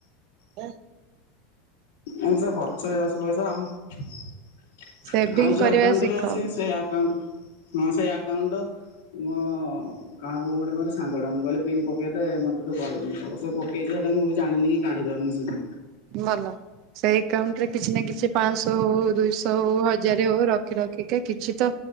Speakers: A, on the right; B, on the left.
A: ଏଁ
B: ଏ ତ ଖର୍ଚ୍ଚ ହେଇଯାଉଛି ପଇସା ଆଉ
A: ସେଭିଂ
B: ଆଉ ଯଉ
A: କରିବା
B: ଆକାଉଣ୍ଟରେ
A: ଶିଖ।
B: ଅଛି ସେଆ ଆକାଉଣ୍ଟ ହଁ ସେଇ ଆକାଉଣ୍ଟରୁ କାହାକୁ ଗୋଟେ କଲେ ସାଙ୍ଗଟାଙ୍କୁ କହିଲ ପନ୍ ପକେଇଦେ ମତେ କହିବୁ ତାପରେ ସେ ପକ ସେଟା ମୁଁ ବି ଜାଣିନି କି କାଢି ପାରୁନି। ଯଦି
A: ଭଲ ସେଇ ଏକାଉଣ୍ଟରେ କିଛି ନା କିଛି ପାଞ୍ଚଶହ ହଉ ଦୁଇଶହ ହଉ ହଜାରେ ହଉ ରଖି ରଖିକା କିଛି ତ